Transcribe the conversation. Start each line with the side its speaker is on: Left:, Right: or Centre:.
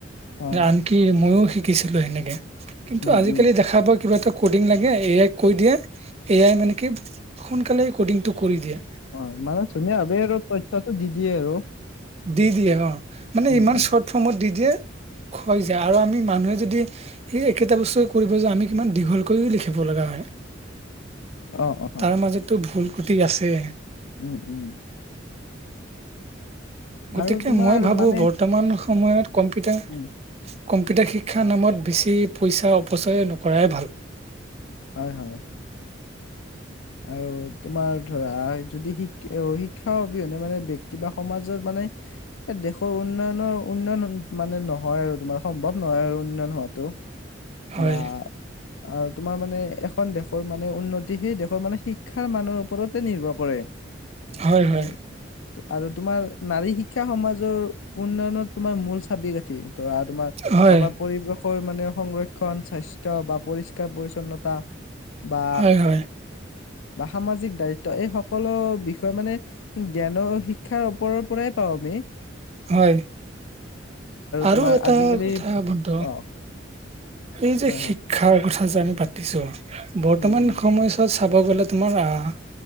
Left: হয়
Right: আনকি ময়ও শিকিছিলো সেনেকে। কিন্তু
Left: উম
Right: আজিকালি
Left: উম
Right: দেখা পোৱা কিবা এটা কডিং লাগে এ আই কৈ দিয়ে, এ আই মানে কি সোনকালে ক'ডিংটো কৰি দিয়া।
Left: হয় মানে ধুনীয়া ভ আৰু তথ্যটো দি দিয়ে আৰু। <unintelligible>
Right: দি দিয়ে অ মানে
Left: উম
Right: ইমান
Left: উম
Right: চৰ্ট ফৰ্মত দি দিয়ে হৈ যায় আৰু আমি মানুহে যদি সেই একেটা বস্তুৱে কৰিব যাওঁ, আমি কিমান দীঘল কৰিও লিখিব লগা হয়। <inaudible>
Left: অ অ। হয়
Right: তাৰ মাজতো ভুল কুটি আছে।
Left: উম উম।
Right: গতিকে
Left: আৰু তোমাৰ
Right: মই ভাবো
Left: মানে
Right: বৰ্তমান সময়ত কম্পিউটাৰ
Left: উম
Right: কম্পিউটাৰ শিক্ষাৰ নামত বেছি পইচা অপচয় নকৰাই ভাল।
Left: হয় হয়। আৰু তোমাৰ ধৰা যদি শিক শিক্ষা অবিহনে মানে ব্যক্তি বা সমাজত মানে
Right: <inaudible>
Left: এই দেশৰ উন্নয়নৰ উন্নয়ন মানে নহয় আৰু তোমাৰ সম্ভৱ নহয় আৰু উন্নয়ন হোৱাটো।
Right: হয়।
Left: বা আৰু তোমাৰ মানে এখন দেশৰ মানে উন্নতি সেই দেশ মানে শিক্ষাৰ মানৰ ওপৰতে নিৰ্ভৰ কৰে।
Right: হয় হয়।
Left: আৰু আৰু তোমাৰ নাৰী শিক্ষা সমাজৰ উন্নয়নত তোমাৰ মূল চাবি কাঠি। ধৰা তোমাৰ
Right: হয়,
Left: আমাৰ পৰিৱেশ <unintelligible> মানে সংৰক্ষণ স্বাস্থ্য বা পৰিষ্কাৰ পৰিচ্ছন্নতা বা
Right: হয়, হয়,
Left: বা সামাজিক দায়িত্ব এই সকলো বিষয়ে মানে জ্ঞানৰ শিক্ষাৰ ওপৰৰ পৰাই পাওঁ আমি <unintelligible>
Right: হয় আৰু
Left: তোমাৰ
Right: এটা
Left: আজিকালি
Right: কথা বধ
Left: অ
Right: এই যে
Left: হয়
Right: শিক্ষাৰ
Left: হয়
Right: কথা যে আমি পাতিছো বৰ্তমান
Left: উম উম
Right: সময়ছাত চাব গ'লে তোমাৰ আহ